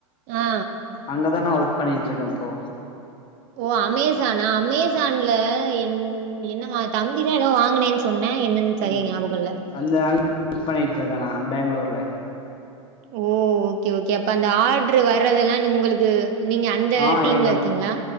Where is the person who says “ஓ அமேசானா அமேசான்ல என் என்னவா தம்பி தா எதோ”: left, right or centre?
Right